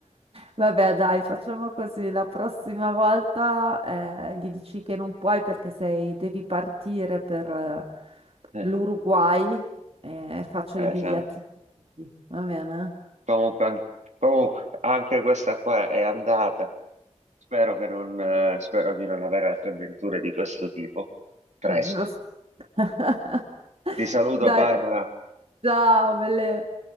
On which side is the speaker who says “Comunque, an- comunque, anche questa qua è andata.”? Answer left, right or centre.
Right